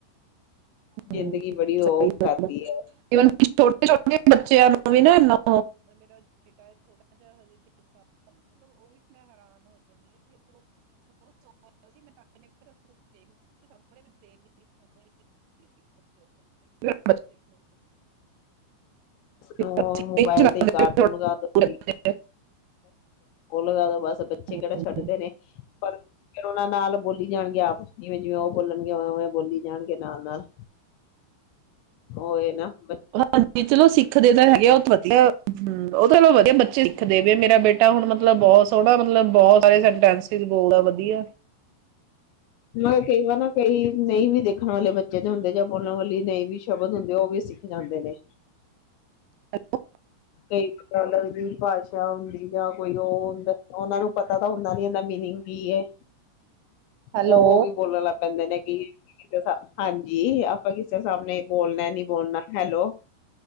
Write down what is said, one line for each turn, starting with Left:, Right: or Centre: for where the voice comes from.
Left: ਜ਼ਿੰਦਗੀ
Right: ਹੂੰ,
Left: ਬੜੀ ਉਹ
Right: ਸਹੀ ਗੱਲ
Left: ਕਰਦੀ
Right: ਆ।
Left: ਹੈ।
Right: ਈਵਨ ਛੋਟੇ ਛੋਟੇ ਬੱਚਿਆਂ ਨੂੰ ਵੀ ਨਾ ਇਹਨਾ <unintelligible> <unintelligible> ਫਿਰ
Left: ਮੋਬਾਈਲ
Right: ਅਸੀਂ ਨਹੀਂ ਚਲਾਉਂਦੇ,
Left: ਤੇ ਕਾਰਟੂਨ
Right: ਫਿਰ ਥੋੜਾ
Left: ਲਗਾ ਦਿੰਦੀ।
Right: ਦੂਰ ਰੱਖਦੇ ਆ।
Left: ਉਹ ਲਗਾ ਦੋ ਬਸ, ਬੱਚੇ
Right: ਹੂੰ।
Left: ਕਿਹੜਾ ਛੱਡਦੇ ਨੇ ਪਰ ਫਿਰ ਉਹਨਾਂ ਨਾਲ ਬੋਲੀ ਜਾਣਗੇ, ਆਪ ਜਿਵੇਂ ਜਿਵੇਂ ਉਹ ਬੋਲਣਗੇ ਉਵੇਂ ਉਵੇਂ ਬੋਲੀ ਜਾਣਗੇ ਨਾਲ ਨਾਲ ਉਹੀ ਨਾ ਨਾ
Right: ਹਾਂਜੀ, ਚਲੋ ਸਿੱਖਦੇ ਤਾਂ ਹੈਗੇ ਆਉੱਥੇ। ਹੂੰ ਉਹ ਨਾਲੋ ਵਧੀਆ ਬੱਚੇ ਸਿੱਖਦੇ ਵੀ ਮੇਰਾ ਬੇਟਾ ਹੁਣ ਮਤਲਬ ਬਹੁਤ ਸੋਹਣਾ ਮਤਲਬ ਬਹੁਤ ਸਾਰੇ ਸੈਂਟੈਂਸਸ ਬੋਲਦਾ ਵਧੀਆ।
Left: ਮੈ ਕਈ ਵਾਰ ਨਾ ਕਈ ਨਹੀਂ ਵੀ ਦੇਖਣ ਵਾਲੇ ਬੱਚੇ ਦੇ ਹੁੰਦੇ ਜਾਂ ਬੋਲਣ ਵਾਲੀ ਨਹੀਂ ਵੀ ਸ਼ਬਦ ਹੁੰਦੇ ਉਹ ਵੀ ਸਿੱਖ ਜਾਂਦੇ ਨੇ।
Right: <inaudible>
Left: ਕਈ ਅਲਗ ਜੀ ਭਾਸ਼ਾ ਹੁੰਦੀ ਜਾਂ ਕੋਈ ਉਹ ਹੁੰਦਾ ਉਹਨਾਂ ਨੂੰ ਪਤਾ ਤਾਂ ਹੁੰਦਾ ਨੀ ਇਹਦਾ ਮੀਨਿੰਗ ਕੀ ਹੈ?
Right: ਹੈਲੋ।
Left: ਉਹ-ਉਹ ਵੀ ਬੋਲਣ ਲੱਗ ਪੈਂਦੇ ਨੇ। ਕਿਸ ਹਾਂਜੀ ਆਪ। ਕਿਸੇ ਸਾਮਣੇ ਇਹ ਬੋਲਣਾ ਨੀ। ਬੋ ਹੈਲੋ